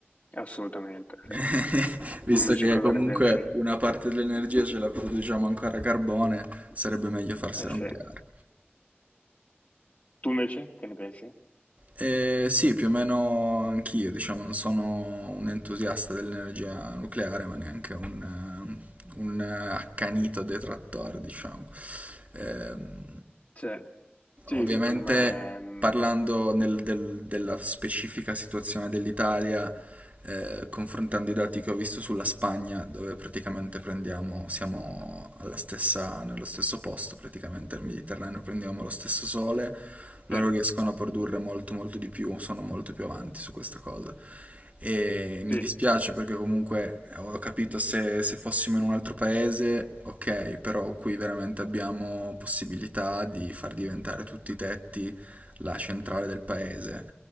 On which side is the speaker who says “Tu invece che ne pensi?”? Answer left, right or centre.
Left